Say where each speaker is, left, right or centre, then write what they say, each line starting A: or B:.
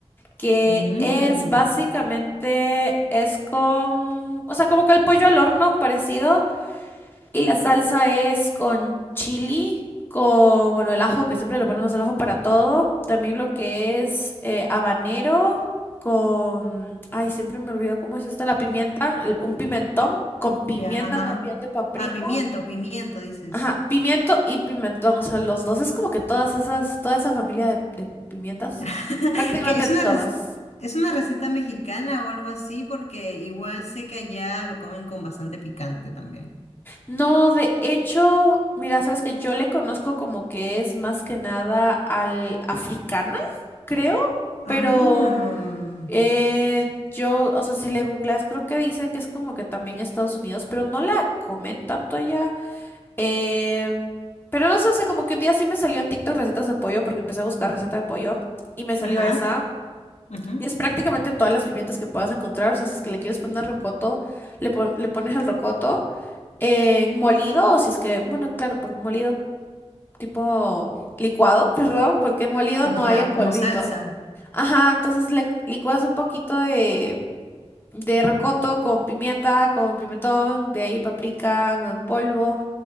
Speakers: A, on the left; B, on the left.
A: que
B: Mmm.
A: es básicamente, es con, o sea, como que el pollo al horno parecido y la salsa es con chili, con, bueno, el ajo, que siempre le ponemos el ajo para todo, también lo que es eh, habanero con, ay, siempre me olvido cómo es esta, la pimienta, el- un pimentón, con pimienta
B: Ya, ajá.
A: también de paprika.
B: Ah, pimiento, pimiento, dices.
A: Ajá, pimiento y pimentón, o sea, los dos es como que todas esas, toda esa familia de, de pimientas,
B: <laughs>
A: prácticamente
B: Que es
A: todas.
B: una rec- es una receta mexicana o algo así, porque igual sé que allá lo comen con bastante picante también.
A: No, de hecho, mira, sabes que yo le conozco como que es más que nada al africana, creo,
B: Ah,
A: pero eh, yo, o sea, si le googleas, creo que dice que es como que también Estados Unidos, pero no la comen tanto allá. Em, pero no sé, o sea, como que un día sí me salió en TikTok recetas de pollo, porque empecé a buscar receta de pollo y me salió
B: ajá.
A: esa.
B: ujú.
A: Y es prácticamente todas las pimientas que puedas encontrar, o sea, si es que le quieres poner rocoto, le, pon- le pones el rocoto. En molido, o si es que, bueno, claro, por molido tipo licuado, <laughs> perdón, porque molido
B: Ya,
A: no hay en polvito.
B: como salsa.
A: Ajá, entonces le licuas un poquito de, de rocoto con pimienta, con pimentón, de ahí paprika no en polvo,